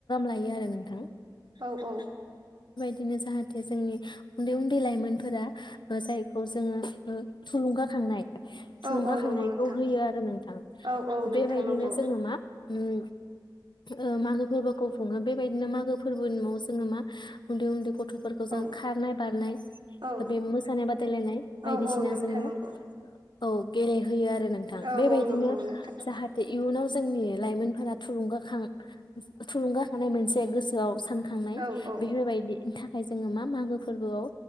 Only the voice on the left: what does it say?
लायो आरो नोंथां
बिनो जाहाथे जोंनि उन्दै उन्दै लाइमोन फोरा ओ जायखौ जोङो ओ थुलुंगाखांनाय थुलुंगाखांनायखौ
होयो आरो नोंथां
बेबायदिनो
जोङो मा उम ओ मागो फोरबोखौ खुङो बेबायदिनो मागो फोरबोनि उनाव जोङो मा उन्दै उन्दै गथ गथ'फोरखौ
जोङो खारनाय बारनाय
बे मोसानाय बादायलायनाय बायदिसिना
जोङो
औ गेलेहोयो आरो नोंथां
बेबायदिनो
जाहाथे इयुनाव जोंनि लाइमोनफोरा थुलुंगाखां थुलुंगाखांनाय मोनसे गोसोआव सान खांनाय
बेफोरबायदि था फाय जोङो मा मागो फोरबोआव